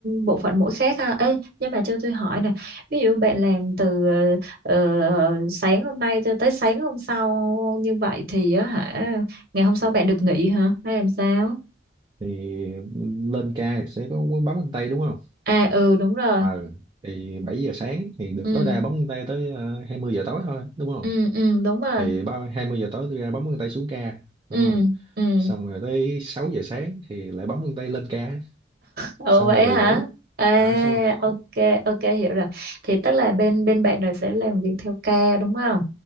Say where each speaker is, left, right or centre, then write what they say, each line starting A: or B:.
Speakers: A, on the right; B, on the right.
A: bộ phận mỗi khác ha. Ê, nhưng mà cho tôi hỏi nè, ví dụ bạn làm từ ờ, ờ, sáng hôm nay cho tới sáng hôm sau như vậy thì á hả, ngày hôm sau bạn được nghỉ hả? Hay làm sao?
B: thì lên ca thì sẽ có quán bấm chân tay đúng không
A: À ừ đúng rồi.
B: ờ thì 7 giờ sáng thì được
A: Ừ,
B: tối đa bấm chân tay tới ờ, 20 giờ tối thôi đúng không
A: ừ, ừ đúng rồi.
B: thì ba 20 giờ tối tôi ra bấm chân tay xuống ca
A: Ừ,
B: đúng không
A: ừ.
B: xong rồi tới 6 giờ sáng thì lại bấm chân tay lên ca
A: Ồ
B: xong
A: vậy
B: rồi về
A: hả?
B: ngủ
A: À
B: Ờ, xong rồi về
A: ok,
B: ngủ
A: ok hiểu rồi. Thì tức là bên bên bạn rồi sẽ làm việc theo ca đúng không?